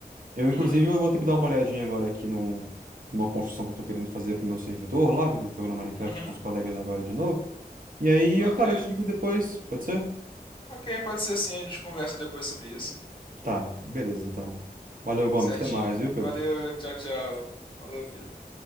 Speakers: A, on the right (about 60°); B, on the left (about 30°).
A: Eu,
B: Uhum,
A: inclusive, eu vou ter que dar uma olhadinha agora aqui num, numa construção que eu tô querendo fazer pro meu servidor lá, que eu tô jogando Minecraft
B: uhum.
A: com os colegas agora de novo. E aí,
B: Ok.
A: eu, cara, eu te digo depois, pode ser?
B: Ok, pode ser sim, a gente conversa depois sobre isso.
A: Tá, beleza, então. Valeu, Gomes.
B: Certinho?
A: Até mais, viu, Pedro?
B: Valeu, tchau, tchau. Falou, Pedro.